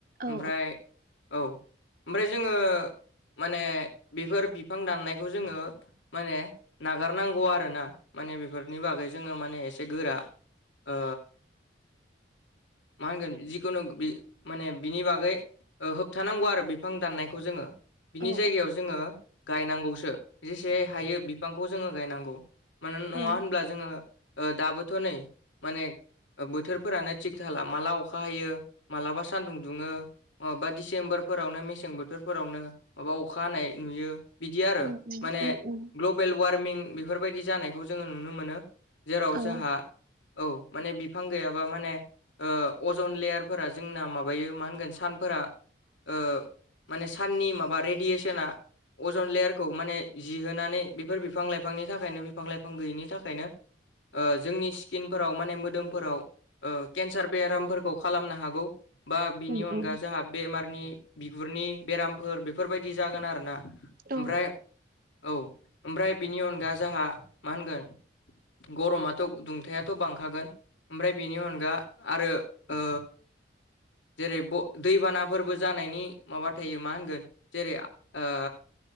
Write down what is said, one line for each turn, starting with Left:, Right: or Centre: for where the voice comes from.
Right: औ
Left: ओमफ्राय। औ ओमफ्राय जोङो माने बेफोर बिफां दाननायखौ जोङो। माने नागारनांगौ आरोना माने बेफोरनि बागै जोङो माने एसे गोरा ओ मा होनगोन जिखुनु बि माने बिनि बागै ओ होबथानांगौ आरो बिफां दाननायखौ जोङो बिनि
Right: औ
Left: जायगायाव जोङो गायनांगौसो जेसे हायो बिफांखौ जोङो गायनांगौ मानो नङा
Right: औ
Left: होनब्ला जोङो दाबोथ' नै माने बोथोरफोरानो थिग थाला माला अखा हायो मालाबा सानदुं दुङो माबा डिसेम्बरफोरावनो मेसें बोथोरफोरावनो माबा अखा हानाय नुयो बिदि आरो
Right: उम उम
Left: माने
Right: उम उम
Left: ग्ल गबेल वार्मिं बेफोरबायदि जानायखौ जोङो नुनो मोनो जेराव
Right: औ
Left: जोंहा औ माने बिफां गैयाब्ला माने ओ अजन लेयारफोरा जोंना माबायो मा होनोन सान फोरा ओ माने साननि माबा रेडियेसना अजन लेयारखौ माने जि होनोनानै बेफोर बिफां लाइफांनि थाखायनो बिफां लाइफां गैयिनि थाखायनो ओ जोंनि स्किनफोराव माने मोदोमफोराव ओ केन्सार बेरामफोरखौ खालामनो हागौ बा बिनि
Right: उम
Left: अनगा
Right: उम
Left: बेमारनि बिगुरनि बेरामफोर बेफोरबायदि जागोन आरोना ओमफ्राय
Right: औ
Left: औ ओमफ्राय बिनि अनगा जोंहा मा होनगोन गरमाथ' दुंथायाथ' बांखागोन ओमफ्राय बेनि अनगा आरो ओ जेरै ब दैबानाफोरबो जानायनि माबा थायो मा होनगोन जेरै ओ